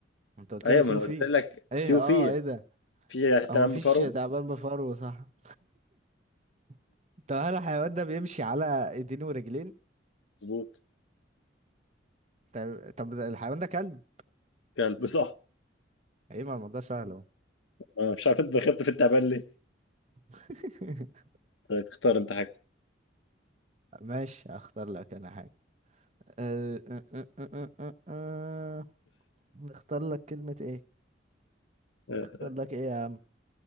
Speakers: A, on the right (about 35°); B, on the left (about 85°).
A: ما انت قلت
B: أيوة
A: لي فيه
B: ما أنا
A: وفيه
B: قلت لك
A: ايه
B: في وفي
A: اه ايه ده
B: في تعبان
A: هو مفيش
B: بفرو
A: تعبان بفرو صح <laughs> طب هل الحيوان ده بيمشي على ايدين ورجلين
B: مظبوط
A: طب طب الحيوان ده كلب
B: كلب صح
A: ايه ما الموضوع سهل اهو
B: أنا مش عارف انت دخلت في التعبان ليه
A: <laughs>
B: طيب اختار انت حاجة
A: ماشي اختار لك انا حاجة أه أه أه أه أه أه. نختار لك كلمة ايه
B: آه،
A: اختار لك ايه يا عم